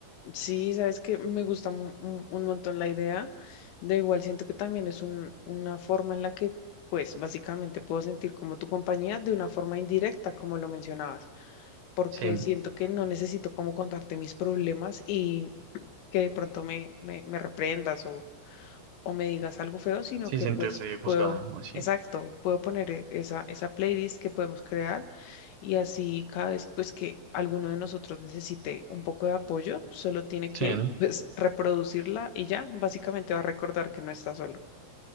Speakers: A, on the left (about 70°); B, on the right (about 70°).
A: sí, sabes que me gusta mu- un, un montón la idea. De igual, siento que también es un- una forma en la que, pues, básicamente puedo sentir como tu compañía de una forma indirecta, como lo mencionabas, porque
B: Sí,
A: siento que no necesito como contarte mis problemas que de pronto me, me, me reprendas o, o me digas algo feo, sino
B: sí,
A: que
B: sentirse
A: pues
B: juzgada
A: puedo,
B: o así.
A: exacto, puedo poner e- esa, esa playlist que podemos crear y así cada vez pues que alguno de nosotros necesite un poco de apoyo, solo tiene que
B: Sí, ¿no?
A: pues reproducirla y ya, básicamente va a recordar que no está solo.